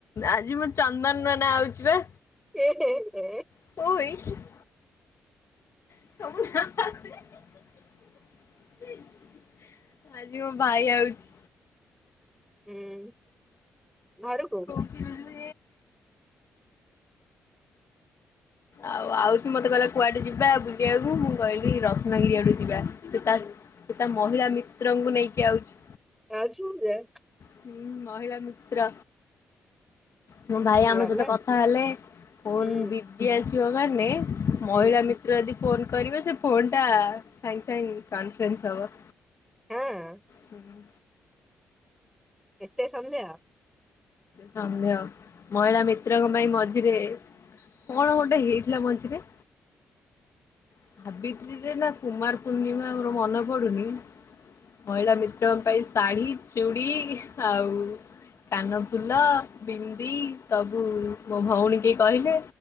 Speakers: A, on the left; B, in the centre.
A: ଆଜି ମୁଁ ଚନ୍ଦନ ନା ଆଉଛି ବା।
B: ଏହେ ହେ।
A: <unintelligible> <unintelligible> ଆଜି ମୋ ଭାଇ ଆଉଛି।
B: ହୁଁ, ଘରକୁ?
A: <unintelligible> ଆଉ ଆଉଛି ମତେ କହିଲା କୁଆଡେ ଯିବା ବୁଲିବାକୁ ମୁଁ କହିଲି ରତ୍ନଗିରି ଆଡୁ ଯିବା ସେ ତା ସେ ତା ମହିଳା ମିତ୍ରଙ୍କୁ ନେଇକି ଆଉଛି।
B: <unintelligible>
A: ହୁଁ, ମହିଳା ମିତ୍ର। ମୋ ଭାଇ ଆମ
B: ଗଲା
A: ସହିତ କଥା ହେଲେ ଫୋନ
B: ହୁଁ
A: ବିଜି ଆସିବ ମାନେ ମହିଳା
B: ହୁଁ
A: ମି ଯଦି ଫୋନ୍ କରିବେ ସେ ଫୋନ୍ଟା ସାଙ୍ଗେ ସାଙ୍ଗେ କନଫରେନ୍ସ ହବ।
B: ହଁ,
A: ହୁଁ ହୁଁ
B: ଏତେ ସନ୍ଦେହ?
A: ସନ୍ଦେହ ମହିଳା ମିତ୍ରଙ୍କ ପାଇଁ ମଝିରେ କଣ ଗୋଟେ ହେଇଥିଲା ମଝିରେ? ସାବିତ୍ରୀରେ ନା, କୁମାର ପୂର୍ଣ୍ଣିମା ମୋର ମନେ ପଡୁନି? ମହିଳା ମିତ୍ରଙ୍କ ପାଇଁ ଶାଢ଼ୀ, ଚୁଡ଼ି ଆଉ କାନ ଫୁଲ ବିନ୍ଦି ସବୁ ମୋ ଭଉଣୀ କି କହିଲେ